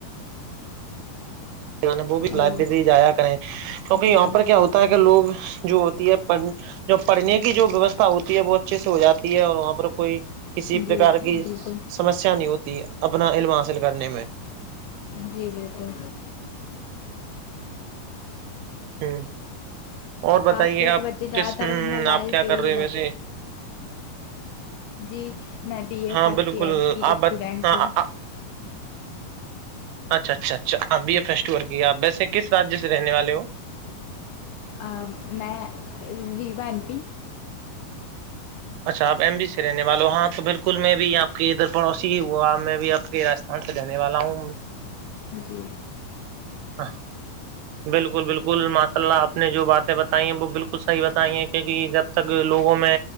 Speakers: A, on the right; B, on the left.
A: جان ہے وہ بھی
B: ہلو
A: لائبریری جایا کریں کیونکہ
B: جی
A: یہاں
B: بالکل
A: پر کیا ہوتا ہے کہ لوگ جو ہوتی ہے پڑھنے جو پڑھنے کی جو ویوستھا ہوتی ہے وہ اچھے سے ہو جاتی ہے اور وہاں پر کوئی کسی
B: جی
A: پرکار کی
B: بالکل
A: سمسیا نہیں ہوتی ہے اپنا علم حاصل کرنے میں
B: جی بالکل
A: ہ اور بتائیے
B: آج کل
A: آپ
B: کے بچے زیادہ
A: کس
B: تر موبائل
A: آپ کیا
B: یہی
A: کر رہے ہو
B: لت
A: ویسے
B: جی میں بی اے
A: ہاں
B: فرسٹ
A: بالکل
B: ایر کی
A: آپ
B: اسٹوڈینٹ
A: ہاں
B: ہوں
A: اچھا اچھا اچھا آپ بی اے فرسٹ ایر کی آپ ویسے کس راجیہ سے رہنے والے ہو
B: آں میں ریوا ایم پی
A: اچھا آپ ایم پی سے رہنے والے ہو ہاں تو بالکل میں بھی آپ کے ادھر پڑوسی ہی ہووا میں بھی آپ کے راس انت رہنے والا ہوں
B: جی
A: ہاں بالکل بالکل ماشاء اللہ آپ نے جو باتیں بتائی ہیں وہ بالکل صحیح بتائی ہیں کیونکی جب تک لوگوں میں